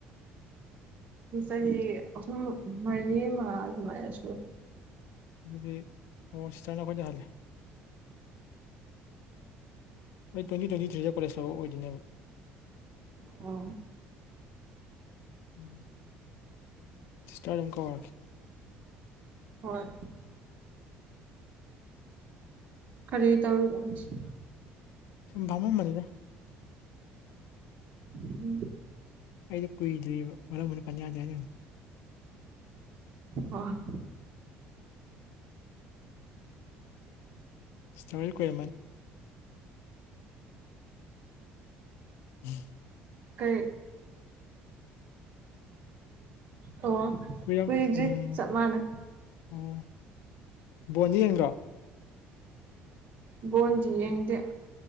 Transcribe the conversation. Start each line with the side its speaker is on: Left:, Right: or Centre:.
Right: ꯑꯩ ꯃꯔꯤ ꯃꯥ ꯑꯗꯨ ꯃꯁꯨ
Left: ꯑꯗꯨꯗꯤ ꯑꯣ ꯁꯤꯇꯅꯈꯣꯠꯖꯍꯜꯂꯦ ꯑꯩ ꯇ꯭ꯋꯦꯟꯇꯤ ꯇ꯭ꯋꯦꯟꯇꯤ ꯊ꯭ꯔꯤꯁꯤ ꯀꯣꯂꯦꯖ ꯂꯧꯕ ꯑꯣꯏꯗꯣꯏꯅꯦꯕ
Right: ꯑꯣ
Left: ꯎꯝ ꯁꯤꯁꯇꯔ ꯑꯗꯨꯝ ꯀꯔꯦ
Right: ꯍꯣꯏ ꯈꯔꯤ ꯇꯧꯁꯤ
Left: ꯁꯚꯝꯣ ꯃꯔꯤꯗ
Right: ꯎꯝ
Left: ꯑꯩꯗ ꯀꯨꯏꯗ꯭ꯔꯤ ꯃꯔꯔ ꯃꯅꯤ ꯄꯅꯗꯦ ꯑꯗꯨ
Right: ꯑ
Left: ꯏꯁꯇꯔꯤꯦꯜ ꯀꯟ ꯎꯝ
Right: ꯀ ꯑꯣ
Left: ꯍ
Right: ꯀꯨꯏꯗ꯭ꯔꯤ
Left: ꯎꯝ
Right: ꯆꯞ ꯃꯥꯟꯅꯩ
Left: ꯑꯣ ꯕꯣꯟꯗꯤ ꯌꯦꯡꯒ꯭ꯔꯣ
Right: ꯕꯣꯟꯗꯤ ꯌꯦꯡꯗꯦ